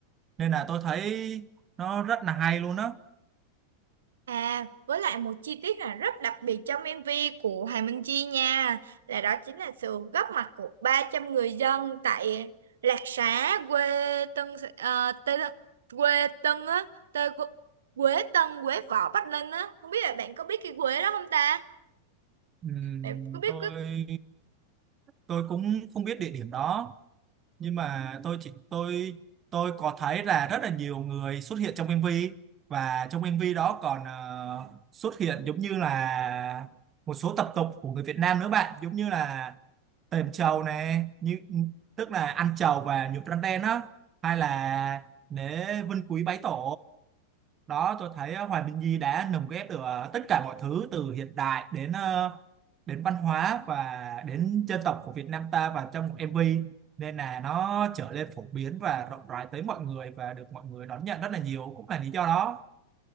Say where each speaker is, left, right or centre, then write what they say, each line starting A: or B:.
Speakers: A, on the right; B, on the right.
A: nên là tôi thấy nó rất là hay luôn á.
B: À, với lại một chi tiết là rất đặc biệt trong MV của Hoàng Minh Chi nha, là đó chính là sự góp mặt của 300 người dân tại Lạc Xá, quê Tân, ờ, Tê, quê Tân á, Tê, Quế Tân, Quế Võ, Bắc Ninh á. Không biết là bạn có biết cái quế đó không ta?
A: Ừm,
B: Bạn có biết
A: tôi
B: cái...
A: tôi cũng không biết địa điểm đó nhưng mà tôi chỉ tôi tôi có thấy là rất là nhiều người xuất hiện trong MV và trong MV đó còn ờ, xuất hiện giống như là một số tập tục của người Việt Nam nữa bạn giống như là tềm trầu này như tức là ăn trầu và nhuộm răng đen á hay
B: Ừ,
A: là lễ vinh quý bái tổ đó tôi thấy ờ, Hoài Minh Di đã lồng ghép được ờ, tất cả mọi thứ từ hiện đại đến ờ, đến văn hóa và đến dân tộc của Việt Nam ta vào trong một MV nên là nó trở nên phổ biến và rộng rãi tới mọi người và được mọi người đón nhận rất là nhiều cũng là lý do đó